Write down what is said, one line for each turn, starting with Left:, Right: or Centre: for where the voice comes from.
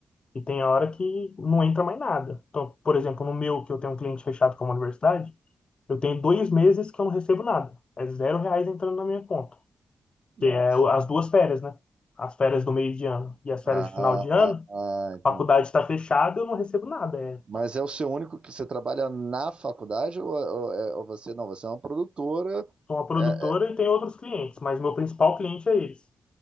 Left: E tem hora que não entra mais nada. Então, por exemplo, no meu, que eu tenho um cliente fechado com uma universidade, eu tenho dois meses que eu não recebo nada. É zero reais entrando na minha conta.
Right: Nossa.
Left: Que é o- as duas férias, né? As férias do meio de ano e as
Right: Ah,
Left: férias de final
Right: ah,
Left: de ano,
Right: ah, ah, entendi.
Left: a faculdade está fechada, eu não recebo nada. É,
Right: Mas é o seu único que você trabalha na faculdade ou, ou- é- ou você não? Você é uma produtora.
Left: sou uma produtora
Right: é-
Left: e tenho outros clientes, mas meu principal cliente é eles.